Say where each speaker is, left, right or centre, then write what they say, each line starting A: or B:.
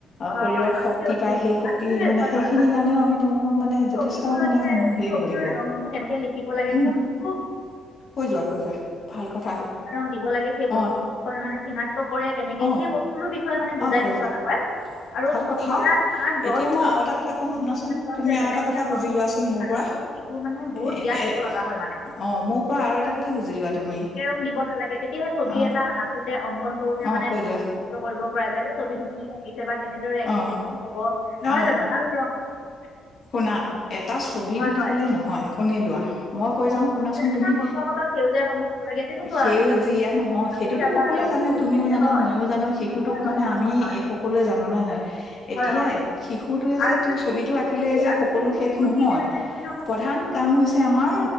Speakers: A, on the left; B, on the left.
A: হয় হয়
B: শৰীৰৰ
A: হয় হয়
B: শক্তি
A: ঠিকে কৈছে
B: পায় সেই শক্তি
A: আৰু যে
B: মানে
A: হয়
B: সেইখিনি
A: হয়
B: কাৰণেও আমি তেওঁলোকক মানে যথেষ্ট
A: ছবিবোৰত
B: মানে
A: যে
B: হেৰি
A: ছবিৰ
B: কৰিব লাগিব
A: ৰংবোৰ কেনেকে লিখিব লাগে
B: উম
A: কোনটো
B: কৈ যোৱা কৈ যোৱা ভাল কথা
A: কেনেকে ৰং দিব লাগে সেই বস্তুটোৰ
B: অ
A: বিষয় মানে চিনাক্ত কৰে কেনেকে
B: অ
A: সেই বস্তুটো বিষয়ে মানে বুজাই
B: অ কৈছে
A: দিব লগা হয় আৰু
B: ভাল কথা
A: চৰা ঘাঁহ গছ
B: এতিয়া মই আৰু এটা কথা কম
A: অংশবিলাক
B: শুনাচোন
A: গছ
B: তুমি
A: যে
B: আৰু
A: বেলেগ
B: এটা কথা
A: বেলেগ
B: বুজি
A: ৰং
B: লোৱাচোন মোৰ
A: তাৰ
B: পৰা
A: বিষয়ে শিশু মানে বহুত
B: এ
A: জ্ঞান দিব লগা হয় মানে
B: অ মোৰ পৰা আৰু এটা কথা বুজি লোৱা তুমি
A: আকি দিব নালাগে তেতিয়াহে ছবি
B: অ
A: এটা আঁকোতে অংকন কৰোতে
B: অ
A: মানে
B: কৈ যোৱা
A: কষ্ট কৰিব যেনে ছবিটো কি আকিছে কেনেদৰে আঁকিছে
B: অ
A: কি হব নহয়
B: অ
A: জানো আৰু
B: শুনা এটা ছবি
A: হয়
B: বুলি
A: হয়
B: কলে নহয় শুনি লোৱা মই কৈ যাও শুনাচোন
A: তেনেকুৱা
B: তুমি
A: গছৰ পাতত সেউজীয়া ৰং দিব লাগে তেনেকুৱা
B: সেউজীয়া
A: আৰু য'ত
B: নহয়
A: হালধীয়া
B: সেইটোতো সকলোৱে
A: বা ৰঙা
B: জানে
A: দিব
B: তুমিও
A: লাগে
B: জানা
A: হয়
B: মইও জানো শিশুটোক
A: হয় হয়
B: মানে
A: হয়
B: আমি
A: হয় হয়
B: এই সকলোৱে জানো নহয় জানো এতিয়া
A: হয় হয়
B: শিশুটোৱে যে
A: আৰু
B: তেওঁ ছবিটো
A: ফুট
B: আক লেই যে
A: আৰু
B: সকলো
A: ফুট
B: শেষ
A: ফুট
B: নহয়
A: দি কেনে যে শূন্য
B: প্ৰধান কাম হৈছে আমাৰ